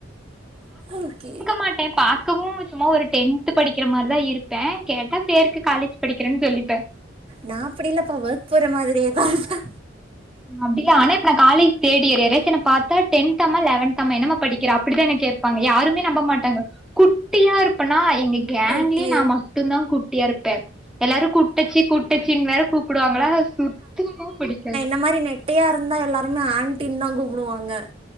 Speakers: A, on the right; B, in the centre.
A: ஓகே
B: மாட்டே பாக்கவு சும்மா ஒரு டென்த் படிக்கிற மாரிதா இருப்பே கேட்டா பேருக்கு காலேஜ் படிக்கிறேன்னு சொல்லிப்பே
A: நா அப்டி இல்லப்பா ஒர்க் போற மாரியேதா இருப்பே
B: அப்டில்ல ஆனாப்ப நா காலேஜ் தேர்ட் இயர் யாராச்சுன பாத்தா டென்த் தாமா லெவன்த் தாமா என்னமா படிக் கிற அப்டித்தா என்ன கேப்பாங்க யாருமே நம்ப மாட்டாங்க குட்டியா இருப்பேனா எங்க கேங்கிலே
A: ஓகே
B: நா ம ட்டுந்தா குட்டியா இருப்பே எல்லாரு கூட்டச்சி கூட்டச்சின் வேற கூப்புடுவாங்களா சுத்தமா புடிக்காது
A: இது மாரி நெ ட்டைய இருந்தா எல்லாருமே ஆன்ட்டின் தா கூப்டுவாங்க